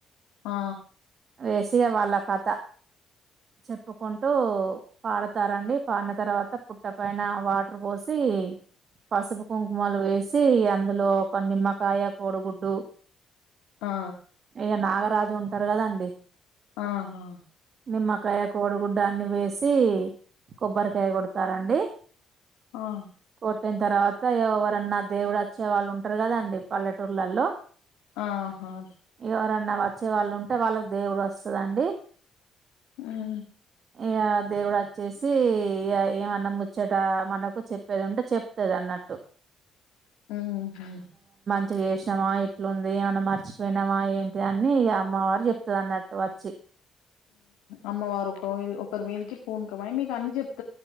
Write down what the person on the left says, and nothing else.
ఆ
ఆ
ఆహా
ఆ
ఆహా
ఉమ్
ఉ
అమ్మవారు ఒక ఒకరి మీదికి పూనుకమయి మీకు అన్ని చెపుతుంది